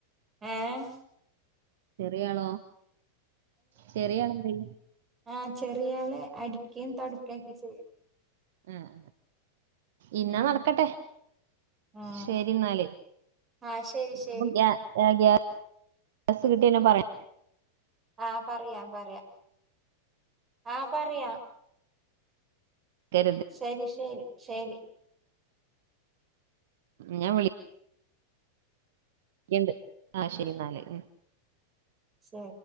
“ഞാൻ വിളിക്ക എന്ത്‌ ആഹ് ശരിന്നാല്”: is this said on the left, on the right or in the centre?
Right